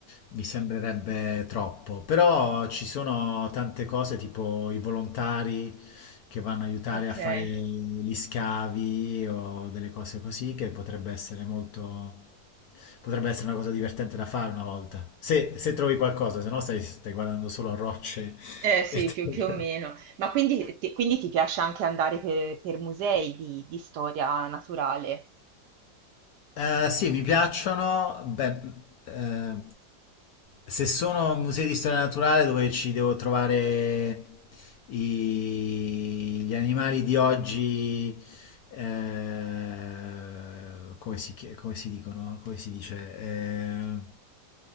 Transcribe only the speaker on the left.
mi sembrerebbe troppo, però ci sono tante cose tipo i volontari che vanno a aiutare
a fare gli scavi o delle cose così, che potrebbe essere molto... potrebbe essere una cosa divertente da fare una volta. Se, se trovi qualcosa, se no stai, stai guardando solo rocce
e terra.
Eh, sì, mi piacciono. Beh, eh, se sono musei di storia naturale dove ci devo trovare i- gli animali di oggi eh, come si, chie- come si dicono, come si dice, eh,